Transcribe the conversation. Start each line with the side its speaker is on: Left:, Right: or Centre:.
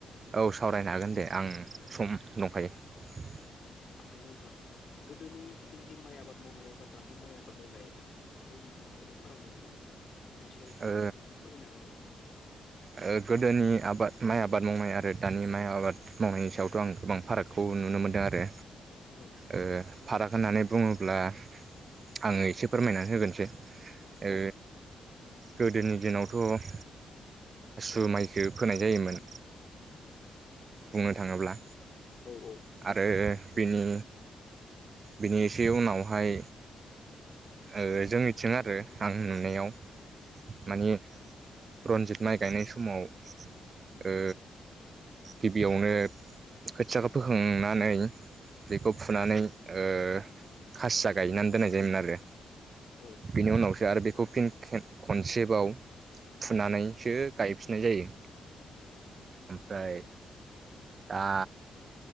Right: औ सावरायनो हागोन दे आं सम दंखायो
Left: नोंगौ नोंथां गोदोनि जिथुनाखि माइ आबाद मावनाय बा दानि माइ आबाद मावनाय खौ नोंथाङा माबायदि फाराग नुनो मोनो बेनि सायाव एसे
Right: ओ
Left: नोंथाङा फोरमायनो हागोन नामा?
Right: ओ गोदोनि आबाद माइ आबाद मावनाय आरो दानि माइ आबाद मावनायनि सायावथ' आं गोबां फारागखौ नुनो मोनदों आरो
Left: औ
Right: ओ फाराग होननानै बुङोब्ला आङो एसे फोरमायना होगोनसै ओ
Left: औ
Right: गोदोनि दिनावथ' ओ माइखो फोनाय जायोमोन बुंनो थाङोब्ला
Left: औ औ
Right: आरो बेनि बेनि टि उनावहाय ओ जोंनिथिं आरो आं नुनायाव
Left: उम
Right: मानि रन- जित माइ गायनाय समाव ओ गिबियावनो खोथियाखौ फोखांनानै बेखौ फुनानै ओ खासिया गायनानै दोननाय जायोमोन आरो
Left: औ
Right: बेनि उनावसो आरो बेखौ फिन खेब खनसेबाव फुनानैसो गायफिननाय जायो ओमफ्राय दा